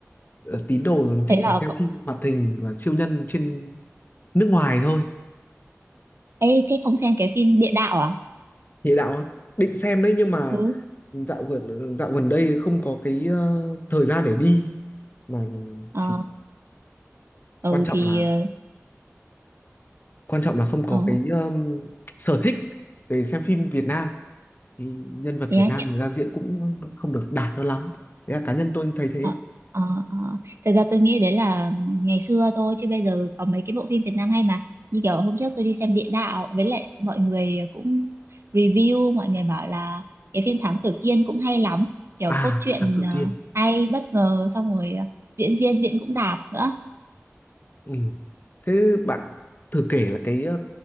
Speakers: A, on the left; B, on the right.
A: ờ, tín đồ mình
B: thế
A: thích
B: là
A: chỉ xem
B: có-
A: phim hoạt hình và siêu nhân trên nước ngoài thôi
B: ê thế không xem cái phim địa đạo à
A: địa đạo á định xem đấy nhưng mà
B: ừ
A: dạo gần ờ, dạo gần đây không có cái ờ, thời gian để đi mà
B: ờ
A: chỉ
B: ừ
A: quan trọng
B: thì
A: là
B: ờ,
A: quan trọng là không có
B: Ờ,
A: cái um, sở thích về xem phim Việt Nam thì nhân vật
B: thế
A: Việt
B: á
A: Nam
B: nhận
A: người ra diễn cũng không được đạt cho lắm thế là cá nhân tôi thấy thế
B: ờ, ờ, ờ. Thật ra tôi nghĩ đấy là ngày xưa thôi chứ bây giờ có mấy cái bộ phim Việt Nam hay mà như kiểu hôm trước tôi đi xem Địa Đạo với lại mọi người cũng review mọi người bảo là cái phim Thám Tử Kiên cũng hay lắm kiểu cốt
A: à
B: truyện
A: Thám Tử
B: ờ,
A: Kiên
B: hay bất ngờ xong rồi ờ, diễn viên diễn cũng đạt nữa
A: ừ. thế bạn thử kể là cái uh,